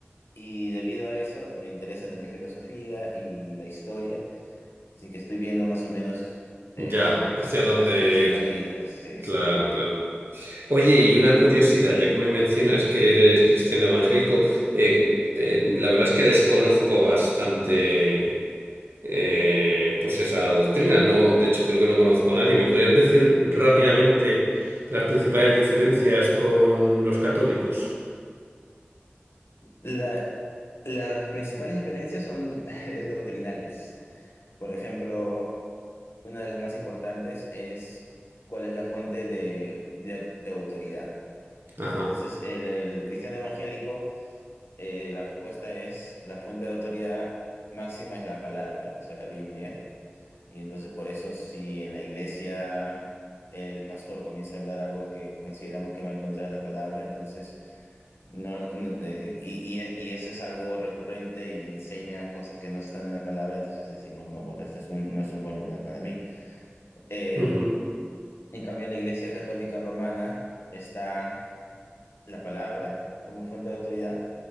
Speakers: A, on the left (about 75°); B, on the right (about 65°).
A: y debido a eso me interesa también filosofía y la historia, así que estoy viendo más o menos, eh,
B: ya, hacia dónde
A: más o menos en
B: ir.
A: dónde ir. Sí,
B: Claro,
A: sí.
B: claro. Oye, y una curiosidad, ya que me mencionas que eres cristiano evangélico, eh, eh, la verdad es que desconozco bastante eh, pues esa doctrina. No, de hecho, creo que no conozco a nadie. ¿Me podrías decir rápidamente las principales diferencias con los católicos?
A: La- las principales diferencias son <laughs> doctrinales. Por ejemplo, una de las más importantes es cuál es la fuente de, de de autoridad,
B: Ajá.
A: ¿no? Entonces, el, el cristiano evangélico, eh, la respuesta es la fuente de autoridad máxima es la palabra, o sea, la Biblia. Y entonces, por eso, si en la iglesia el pastor comienza a hablar algo que consideramos que va en contra de la palabra, entonces, no, lo- no, eh, y, y es- y eso es algo recurrente y enseña cosas que no están en la palabra, entonces decimos, no, bueno, este es un- no es un buen lugar para mí. Eh,
B: ujú,
A: en cambio, en la Iglesia Católica Romana está la palabra como fuente de autoridad,